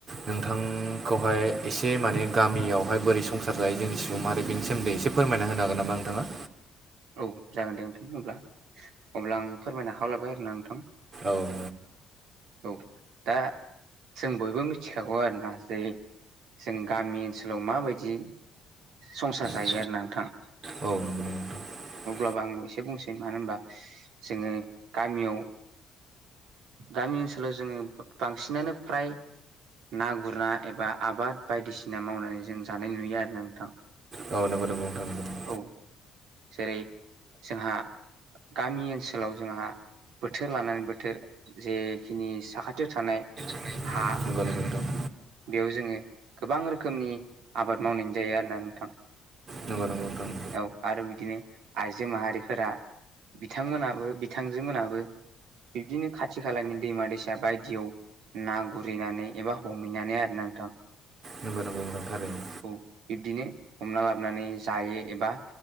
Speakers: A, on the right; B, on the right.
A: नोंथांखौहाय एसे माने गामियावहाय बोरै संसार जायो जोंनि <unintelligible> आरो बेनि सोमोनदै एसे फोरमायना होनो हागोन नामा नोंथाङा?
B: औ जागोन दे नोंथां होमब्ला। अब्ला आं फोरमायनो हालाबाय आरोना नोंथां,
A: नोंथां औ अब्ला आं फोरमायना होलांखागोन
B: औ। दा जों बयबो मिथिखागौ आरोना जे जों गामि ओनसोलाव माबायदि संसार जायो
A: औ
B: आरोना नोंथां।
A: आरोना नोंथां औ नंगौ नोंथां
B: आं एसे बुंनोसै मानो होनबा जोङो गामियाव गामि ओनसोलाव जोङो बांसिनानो फ्राय ना गुरना एबा आबाद बायदिसि ना मावनानै जों जानाय नुयो आरो ना नोंथां
A: औ नोंगौ नोंगौ नोंथां नोंगौ।
B: औ जेरै जोंहा गामि ओनसोलाव जोंहा बोथोर लानानै बोथोर जेखिनि साखाथियाव थानाय
A: नोंगौ
B: हा
A: नोंगौ नोंथां
B: बेयाव जोङो गोबां रोखोम खोमनि आबाद मावनायनि जायो आरोना नोंथां
A: नंगौ नंगौ नोंथां
B: औ आरो बिदिनो आइजो माहारिफोरा बिथांमोनाबो बिथांजो मोनाबो बिब्दिनो खाथि खालानि दैमा दैसा बायदियाव ना गुरैनानै एबा हमहैनानै आरोना नोंथां
A: नोंगौ नोंगौ नोंथां थारैनो
B: औ बिब्दिनो हमना लाबानानै जायो एबा